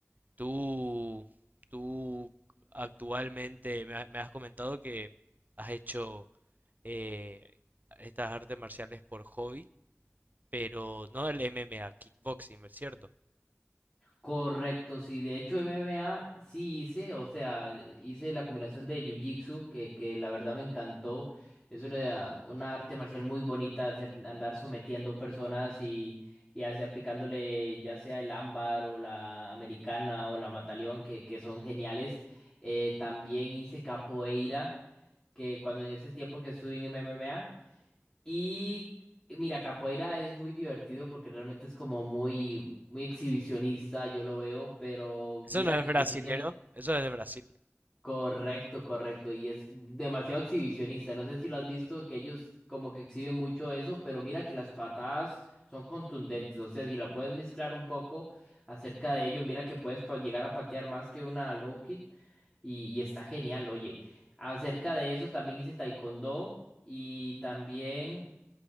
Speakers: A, on the right (about 35°); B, on the left (about 15°).
A: tú, tú actualmente me, ha- me has comentado que has hecho eh, estas artes marciales por hobby, pero no el MMA, kickboxing, ¿es cierto?
B: Correcto, sí. De hecho, MMA sí hice, o sea, hice la combinación de Jiu-Jitsu, que, que la verdad me encantó. Es una, una arte marcial muy bonita, hacer- andar sometiendo personas y, y hace- aplicándole ya sea el ámbar o la americana o la mataleón, que, que son geniales. Eh, también hice capoeira, que cuando en ese tiempo que estuve en MMA. Y mira, capoeira es muy divertido porque realmente es como muy, muy exhibicionista, yo lo veo, pero
A: Eso
B: mira
A: no es
B: que,
A: brasilero,
B: que tiene
A: eso es de Brasil.
B: correcto, correcto, y es demasiado exhibicionista. No sé si lo has visto, que ellos como que exhiben mucho eso, pero mira que las patadas son contundentes. O sea, si la puedes mezclar un poco acerca de ello, mira que puedes pa- llegar a patear más que una low kick y, y está genial, oye. Acerca de eso también hice taekwondo y también.